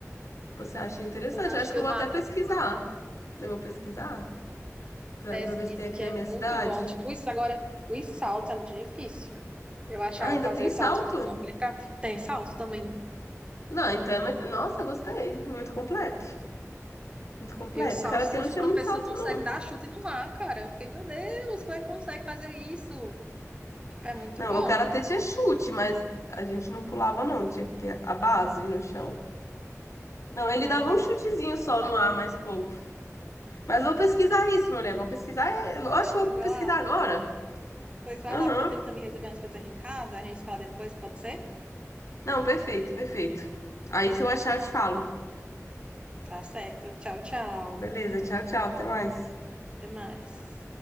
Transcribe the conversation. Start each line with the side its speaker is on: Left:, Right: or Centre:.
Left: Tipo, você acha interessante?
Right: Eu acho
Left: Eu acho
Right: que
Left: que
Right: eu
Left: eu vou
Right: vou
Left: até
Right: até
Left: pesquisar. Eu vou pesquisar pra,
Right: pesquisa,
Left: pra ver se tem aqui
Right: que
Left: na
Right: é
Left: minha
Right: muito
Left: cidade.
Right: bom. Tipo, isso agora, os saltos é muito difícil. Eu achava
Left: Ah, ainda
Right: fazer
Left: tem
Right: os
Left: salto?
Right: saltos muito complicado. Tem salto também.
Left: Não, então é mais... Nossa, gostei. Muito completo. Muito completo.
Right: E o Salso,
Left: O karatê
Right: o
Left: não tinha
Right: professor
Left: muito salto,
Right: consegue
Left: não.
Right: dar chute no ar, cara. Eu fiquei, meu Deus, como ele consegue fazer isso? Tipo, É muito
Left: Não,
Right: bom.
Left: o karatê tinha chute, mas a gente não pulava, não. Tinha que ter a base no chão. Não, ele
Right: Mas,
Left: dava
Right: menina,
Left: um chutezinho só no ar, mais pouco. Mas vou pesquisar isso, mulher. Vou pesquisar. é, Eu acho
Right: pesquisa
Left: que vou pesquisar
Right: lá.
Left: agora.
Right: Pois vai
Left: Aham.
Right: lá, porque eu tenho que também resolver umas coisas aqui em casa. A gente fala depois, pode ser?
Left: Não, perfeito, perfeito. Aí se eu achar, eu te falo.
Right: Tá certo. Tchau, tchau.
Left: Beleza, tchau, tchau. Até mais.
Right: Até mais.